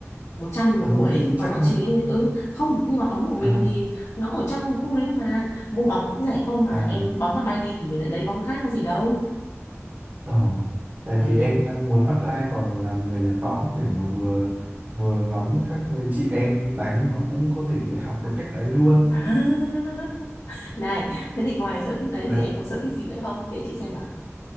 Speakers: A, on the left; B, on the right.
A: một trăm nghìn một
B: Ừ
A: buổi ấy.
B: thì chắc
A: còn bọn
B: là
A: chị ấy, ừ không nhưng mà bóng của
B: à
A: mình thì nó ở trong khu đấy thôi mà mua bóng cũng rẻ không mà
B: à
A: em bóng mà bay đi thì mình lại lấy bóng khác có gì đâu
B: ồ. Tại
A: ừ
B: vì em đang muốn apply vào làm người nhặt bóng để mà vừa vừa ngắm các chị em đánh mà cũng có thể học được cách đánh luôn.
A: <laughs> Này, <laughs> thế thì ngoài sở thích đấy
B: Dạ.
A: thì em có sở thích gì nữa không? Kể chị xem nào.